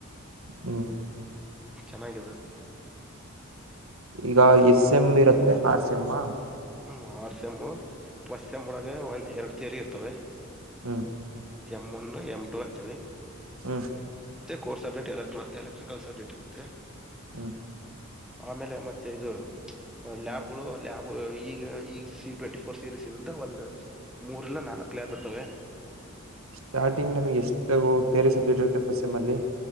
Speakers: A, on the right; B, in the centre.
A: ಹ್ಮ್
B: ಚೆನ್ನಗಿದೆ
A: ಈಗ ಎಸ್ ಎಮ್ ಇರತ್ತೆ ಆರ್ಸ್ ಎಮ್ ಮ
B: ಹ್ಮ ಆರ್ ಸೇಮ್ಮು ಫಸ್ಟ್ಸೇಮ್ ಒಳಗೆ ಒಂದ್ ಎರಡು ತೆರಿ ಇರ್ತವೆ
A: ಹ್
B: ಎಂ್ ಒನ್ ಎಂ ಟು ಅಂತೇಳಿ
A: ಹ
B: ಕೋರ್ ಸಬ್ಜೆಕ್ಟ್ ಎಲೆಕ್ಟ್ರಿಕಲ್ ಸಬ್ಜೆಕ್ಟ್ ಇತ್ತೆ
A: ಹ್
B: ಆಮೇಲೆ ಮತ್ತೆ ಇದು ಲ್ಯಾಬ್ಗಳು ಲ್ಯಾಬ್ ಈಗ ಈಗ ಸಿ ಟ್ವೆಂಟಿ ಫೋರ್ ಸೀರೀಸ್ ಇ ಒಂದು್ ಮೂರ್ಲ್ಲ ನಾಕು ಕಲಯಪ್ ಇರ್ತವೆ
A: ಸ್ಟಾರ್ಟಿಂಗ್ ನಮಗೆ ಎಷ್ಟು ತೆರೆ ಸಬ್ಜೆಕ್ಟ್ ಇರುತ್ತೆ ಫಸ್ಟ್ ಎಮ್ ಅಲ್ಲಿ